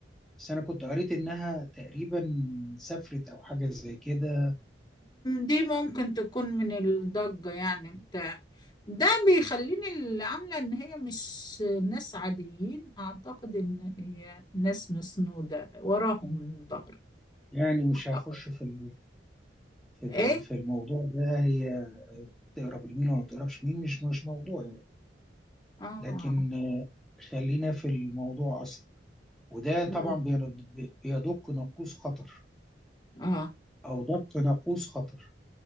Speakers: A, in the centre; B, on the left.
A: بس أنا كنت قريت إنها تقريبا سافرت أو حاجة زي كده
B: دي ممكن تكون من الضجة يعني بتاع ده بيخليني اللي عاملة ان هي مش ناس عاديين اعتقد ان هي ناس مسنودة وراهم من ظهر
A: يعني مش
B: اعتقد
A: هخش في ال- في ال-
B: ايه
A: في الموضوع ده هي آه، تقرب لمين ولا ما تقربش مين مش مش موضوع يعني
B: اه
A: لكن آه، خلينا في الموضوع أصلا وده طبعا
B: مم.
A: بي- بيدق ناقوس خطر
B: اه
A: أو دق ناقوس خطر